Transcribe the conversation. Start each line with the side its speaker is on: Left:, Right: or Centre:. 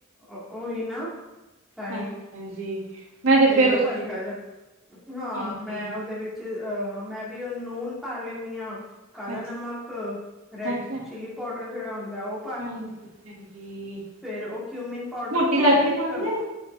Centre: ਅ ਔਈ ਨਾ ਤਾਂਹੀ,
Right: ਹਾਂ ਹਾਂਜੀ ਮੈਂ
Centre: ਤੇ
Right: ਫੇਰ ਉਸ
Centre: ਹਲਕਾ
Right: ਤੋਂ
Centre: ਜਿਹਾ ਹਾਂ।
Right: ਹਾਂਜੀ
Centre: ਮੈਂ ਉਹਦੇ ਵਿੱਚ 'ਚ ਮੈਂਵੀ ਔ ਨੂਨ ਪਾ ਲੈਣੀ ਆ। ਕਾਲਾ
Right: ਅੱਛਾ
Centre: ਨਮਕ, ਰੈਡ
Right: ਅੱਛਾ
Centre: ਚਿਲੀ ਪਾਊਡਰ ਜਿਹੜਾ ਹੁੰਦਾ ਉਹ।
Right: ਹਾਂਜੀ <unintelligible> ਹਾਂਜੀ
Centre: ਫਿਰ ਉਹ ਕਿਊਮੀਨ ਪਾਊਡਰ
Right: ਮੋਟੀ
Centre: ਨੀ
Right: ਇਲਾਚੀ
Centre: ਹੁੰਦਾ ਇੱਕ।
Right: ਪਾਉਂਦੇ ਹੋ